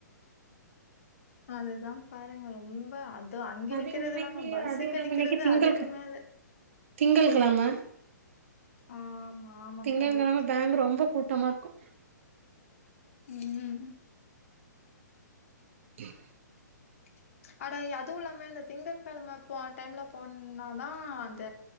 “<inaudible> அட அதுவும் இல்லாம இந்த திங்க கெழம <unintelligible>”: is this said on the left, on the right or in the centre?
Left